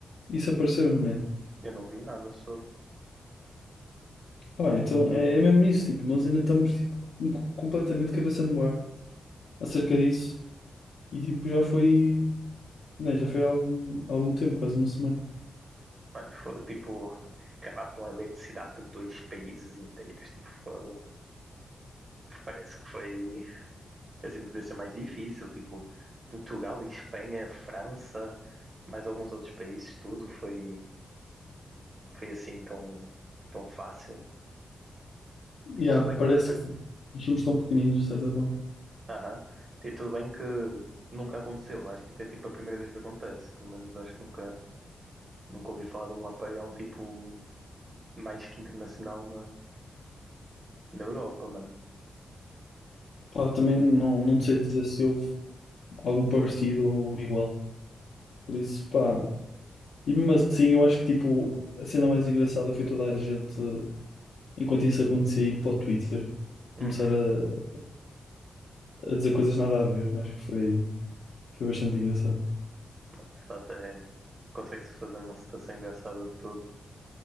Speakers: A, on the left; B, on the right.
A: isso apareceu, né?
B: Eu não vi nada sobre.
A: Pá, então é, é mesmo isso, tipo, nós ainda estamos, tipo, um- completamente cabeça no ar acerca disso. E, tipo, já foi. Nem, já foi há algum, algum tempo, quase uma semana.
B: Mano, foi tipo acabar com a eletricidade de dois países inteiros. Tipo, fogo. Parece que foi assim, devia ser mais difícil. Tipo, Portugal, Espanha, França, mais alguns outros países, tudo foi, foi assim tão, tão fácil.
A: Yeah,
B: Tipo, tudo bem.
A: parece que os filmes estão pequeninos, de certa forma.
B: Aham. Tipo, tudo bem que nunca aconteceu. Acho que isto é tipo a primeira vez que acontece. Pelo menos acho que nunca, nunca ouvi falar de um apagão tipo mais que internacional na, na Europa, mano.
A: Pá, também não, não sei dizer se houve algum parecido ou igual. Por isso, pá. E mesmo assim, eu acho que tipo, a cena mais engraçada foi toda a gente, enquanto isso acontecia, ir para o Twitter,
B: Uhum.
A: começar a, a dizer coisas nada a ver. Acho que foi, foi bastante engraçado.
B: De fato, é. Consegue-se fazer uma situação engraçada de tudo.